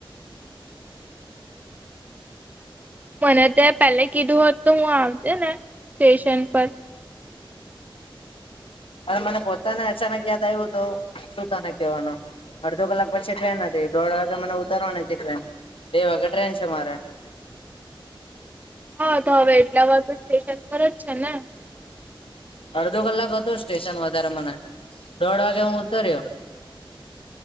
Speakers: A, on the right (about 15°); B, on the left (about 80°).
A: મને તે પેલે કીધું હોત તો હું આવજે ને સ્ટેશન પર.
B: એ મને પોતાને અચાનક યાદ આવ્યું તો શું તને કહેવાનું. અડધો કલાક પછી ટ્રેન હતી દોઢ વાગે મને ઉતરવાની હતી ટ્રેન બે વાગે ટ્રેન છે, મારે
A: હ તો હવે એટલા વાર તો સ્ટેશન પર જ છે, ને
B: અડધો કલાક હતો સ્ટેશન વધારે મને દોઢ વાગે હું ઉતર્યો